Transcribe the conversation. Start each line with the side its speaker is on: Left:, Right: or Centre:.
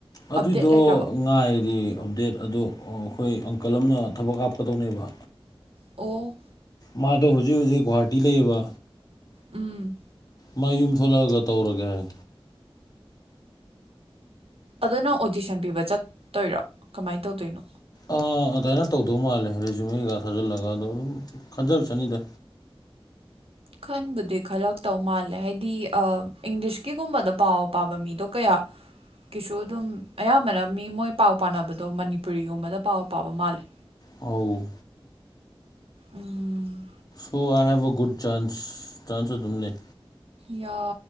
Left: ꯑꯗꯨꯏꯗꯣ
Right: ꯑꯞꯗꯦꯠ ꯂꯩꯈ꯭ꯔꯕ
Left: ꯉꯥꯏꯔꯗꯤ ꯑꯞꯗꯦꯠ ꯑꯗꯣ ꯑꯩꯈꯣꯏ ꯑꯪꯀꯜ ꯑꯃꯅ ꯊꯕꯛ ꯍꯥꯞꯀꯗꯧꯅꯦꯕ
Right: ꯑꯣ
Left: ꯃꯥꯗꯣ ꯍꯧꯖꯤꯛ ꯍꯧꯖꯤꯛ ꯒꯨꯍꯥꯇꯤ ꯂꯩꯕ
Right: ꯎꯝ
Left: ꯃꯥ ꯌꯨꯝ ꯊꯣꯛꯂꯛꯑꯒ ꯇꯧꯔꯒꯦ ꯍꯥꯏ
Right: ꯑꯗꯨ ꯅꯪ ꯑꯣꯗꯤꯁꯟ ꯄꯤꯕ ꯆꯠꯇꯣꯏꯔꯣ ꯀꯃꯥꯏꯅ ꯇꯧꯗꯣꯏꯅꯣ
Left: ꯑꯥ ꯑꯗꯨꯃꯥꯏꯅ ꯇꯧꯗꯧ ꯃꯥꯜꯂꯦ ꯔꯤꯖꯨꯨꯝꯩꯒ ꯊꯥꯖꯤꯜꯂꯒ ꯑꯗꯣ ꯑꯗꯨꯝ ꯈꯟꯖꯔ ꯆꯅꯤꯗ
Right: ꯈꯟꯕꯨꯗꯤ ꯈꯜꯂꯛꯇꯧ ꯃꯥꯜꯂꯦ ꯍꯥꯏꯗꯤ ꯏꯪꯂꯤꯁꯀꯤꯒꯨꯝꯕꯗ ꯄꯥꯎ ꯄꯥꯕ ꯃꯤꯗꯣ ꯀꯌꯥ ꯀꯤꯁꯨ ꯑꯗꯨꯝ ꯑꯌꯥꯝꯕꯅ ꯃꯤ ꯃꯣꯏ ꯄꯥꯎ ꯄꯥꯅꯕꯗꯣ ꯃꯅꯤꯄꯨꯔꯤꯒꯨꯝꯕꯗ ꯄꯥꯎ ꯄꯥꯕ ꯃꯥꯜꯂꯦ
Left: ꯑꯧ
Right: ꯎꯝ
Left: ꯁꯣ I have a good chance chance ꯑꯗꯨꯝ ꯂꯩ
Right: ꯌꯥ